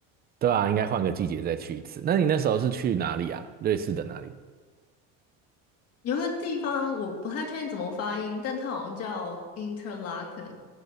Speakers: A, on the right; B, on the left.
A: 对啊，应该换个季节再去一次。那你那时候是去哪里啊？瑞士的哪里？
B: 有一个地方我不太确定怎么发音，但它好像叫 Interlaken，